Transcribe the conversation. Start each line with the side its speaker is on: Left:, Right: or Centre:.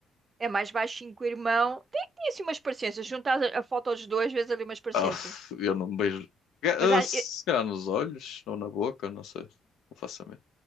Right: É mais baixinho que o irmão. Tem, tem assim umas parecenças. Juntar a, a foto dos dois, vezes ali umas parecenças.
Left: Ah, eu não me beijo. Ga-
Right: Mas há-
Left: ah, Se
Right: é,
Left: calhar nos olhos ou na boca, não sei. Não faço a mim.